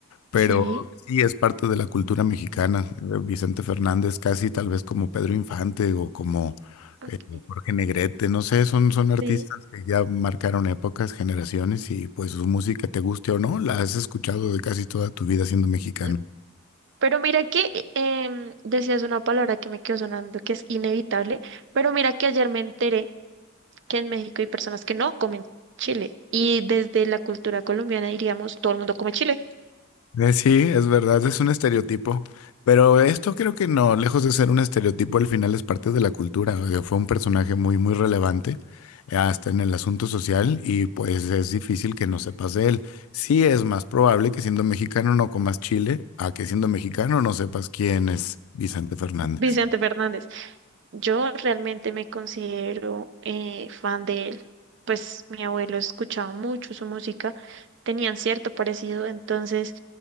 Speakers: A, on the left (about 85°); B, on the right (about 55°).
A: Pero
B: Sí,
A: sí es parte de la cultura mexicana. Eh, Vicente Fernández, casi tal vez como Pedro Infante o como
B: ok,
A: eh, Jorge Negrete, no sé, son, son artistas
B: sí.
A: que ya marcaron épocas, generaciones y pues su música, te guste o no, la has escuchado de casi toda tu vida siendo mexicano.
B: Mm, Pero mira que eh, em, decías una palabra que me quedó sonando que es inevitable, pero mira que ayer me enteré que en México hay personas que no comen chile y desde la cultura colombiana diríamos todo el mundo come chile,
A: Eh, Sí, es verdad, es un estereotipo, pero esto creo que no, lejos de ser un estereotipo, al final es parte de la cultura. o sea, Fue un personaje muy, muy relevante eh, hasta en el asunto social y pues es difícil que no sepas de él. Sí es más probable que siendo mexicano no comas chile a que siendo mexicano no sepas quién es Vicente Fernández.
B: <laughs> Vicente Fernández. Yo realmente me considero eh, fan de él, pues mi abuelo escuchaba mucho su música, tenían cierto parecido, entonces